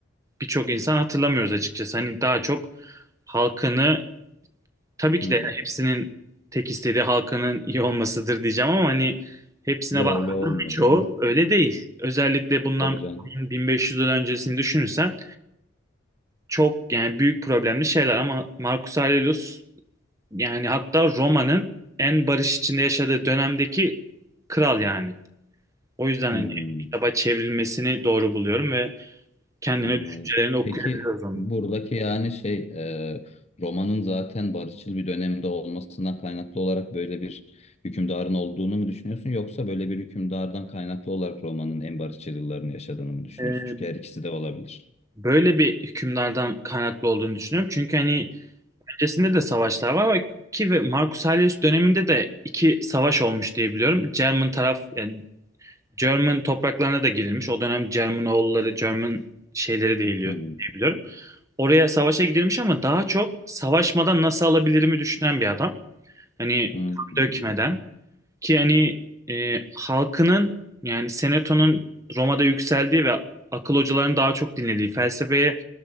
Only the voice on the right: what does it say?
birçok insan hatırlamıyoruz açıkçası. Hani daha çok halkını tabii ki
de yani hepsinin tek istediği halkının iyi olmasıdır diyeceğim ama hani hepsine
bak
birçoğu
öyle değil. Özellikle bundan
1500 yıl öncesini düşünürsen çok yani büyük problemli şeyler ama Marcus Aurelius yani hatta Roma'nın en barış içinde yaşadığı dönemdeki kral yani. O yüzden
hani kitaba çevrilmesini doğru buluyorum ve kendine
düşüncelerini okuyabiliyoruz
onu.
Ee,
böyle bir hükümdardan kaynaklı olduğunu düşünüyorum. Çünkü hani öncesinde de savaşlar var ve- ki ve Marcus Aurelius döneminde de iki savaş olmuş diye biliyorum. German taraf yani German topraklarına da girilmiş. O dönem German oğulları, German şeyleri değiliyor
diye biliyorum. Oraya savaşa gidilmiş ama daha çok savaşmadan nasıl alabilirimi düşünen bir adam. Hani
kan dökmeden. Ki hani e, halkının yani Seneto'nun Roma'da yükseldiği ve akıl hocalarının daha çok dinlediği, felsefeye